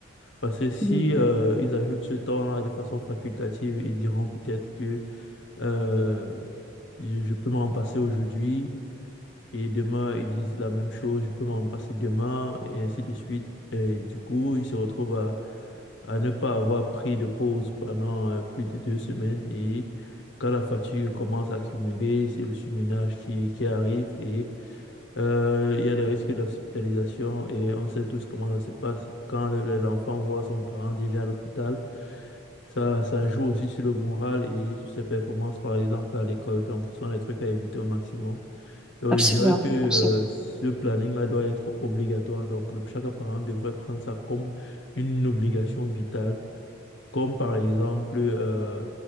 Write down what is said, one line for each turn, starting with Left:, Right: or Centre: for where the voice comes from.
Left: Parce que si
Centre: Mm.
Left: euh, ils ajoutent ce temps-là de façon facultative, ils diront peut-être que euh, je, je peux m'en passer aujourd'hui et demain ils disent la même chose, je peux m'en passer demain et ainsi de suite. Et du coup, ils se retrouvent à à ne pas avoir pris de pause pendant euh, plus de deux semaines et quand la fatigue commence à cumuler, c'est le surménage qui, qui arrive et euh, il y a des risques d'hospitalisation et on sait tous comment ça se passe. Quand le- le- l'enfant voit son parent déjà à l'hôpital, ça, ça joue aussi sur le moral et sur ses performances, par exemple, à l'école. Donc, ce sont des trucs à éviter au maximum. Donc,
Centre: Absolument,
Left: je dirais que euh,
Centre: absolument.
Left: ce planning-là doit être obligatoire. Donc, le- chaque parent devrait prendre ça comme une obligation vitale comme par exemple euh,